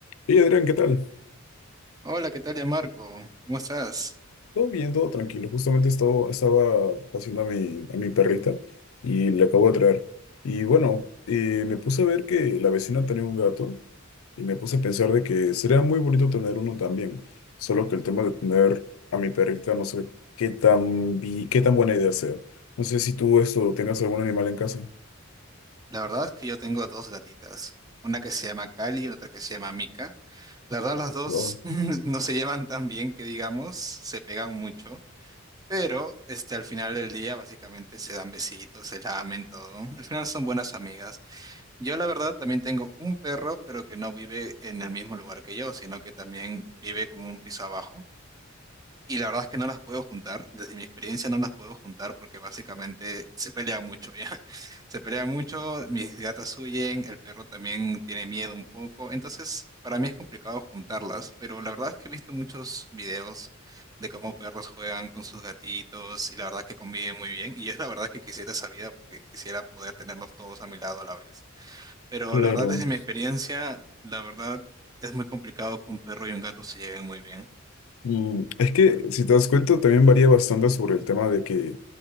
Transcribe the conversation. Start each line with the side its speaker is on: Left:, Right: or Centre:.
Left: Hey Adrián, ¿qué tal?
Right: Hola, ¿qué tal, ya Marco? ¿Cómo estás?
Left: Todo bien, todo tranquilo. Justamente esto- estaba haciendo a mi, a mi perrita y le acabo de traer. Y bueno, eh, me puse a ver que la vecina tenía un gato y me puse a pensar de que sería muy bonito tener uno también. Solo que el tema de tener a mi perrita, no sé qué tan, vi- qué tan buena idea sea. No sé si tú esto tengas algún animal en casa.
Right: La verdad es que yo tengo dos gatitas, una que se llama Cali y otra que se llama Mica. La verdad, las dos
Left: Wow,
Right: <laughs> no se llevan tan bien que digamos, se pegan mucho, pero este, al final del día básicamente se dan besitos, se lamen todo. Al final son buenas amigas. Yo la verdad también tengo un perro, pero que no vive en el mismo lugar que yo, sino que también vive como un piso abajo. Y la verdad es que no las puedo juntar, desde mi experiencia no las puedo juntar porque básicamente se pelean mucho ya. <laughs> Se pelean mucho, mis gatas huyen, el perro también tiene miedo un poco, entonces para mí es complicado juntarlas, pero la verdad es que he visto muchos videos de cómo perros juegan con sus gatitos y la verdad es que conviven muy bien y es la verdad que quisiera esa vida porque quisiera poder tenerlos todos a mi lado a la vez. Pero
Left: claro.
Right: la verdad desde mi experiencia, la verdad es muy complicado que un perro y un gato se lleven muy bien.
Left: Mm, Es que, si te das cuenta, también varía bastante sobre el tema de que